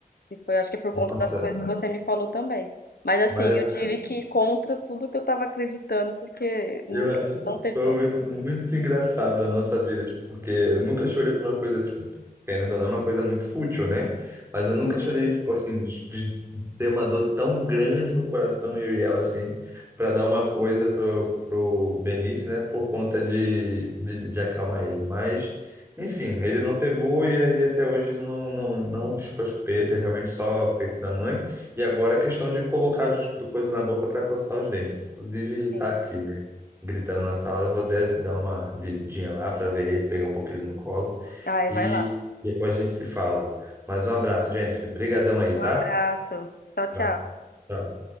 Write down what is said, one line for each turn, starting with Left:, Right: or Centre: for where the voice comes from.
Left: Que foi, acho que por
Right: Nossa,
Left: conta das coisas que você me falou também. Mas assim,
Right: mas.
Left: eu
Right: é
Left: tive que ir contra tudo que eu tava acreditando, porque não,
Right: Eu acho. que
Left: não teve
Right: Foi
Left: como.
Right: um momento muito engraçado da nossa vida, tipo, porque eu nunca chorei por uma coisa, tipo, querendo ou não, é uma coisa muito fútil, né? Mas eu nunca
Left: Uhum.
Right: chorei, tipo, assim, de de ter uma dor tão grande no coração, eu e ela, assim, para dar uma coisa pro, pro Benício, né? Por conta de, de, de acalmar ele. Mas, enfim, ele não pegou e aí até hoje ele não, não, não chupa chupeta, ele realmente só peito da mãe. E agora a questão de colocar as- do coisa na boca para coçar os dentes. Inclusive,
Left: Sim.
Right: tá aqui, né? gritando na sala. Eu vou de- dar uma lidinha lá para ver ele, pegar um pouquinho ele no colo.
Left: Ai,
Right: E
Left: vai lá.
Right: depois a gente se fala. Mas um abraço, Jennifer. Obrigadão aí,
Left: Um
Right: tá?
Left: abraço. Tchau,
Right: Abraço.
Left: tchau.
Right: Tchau.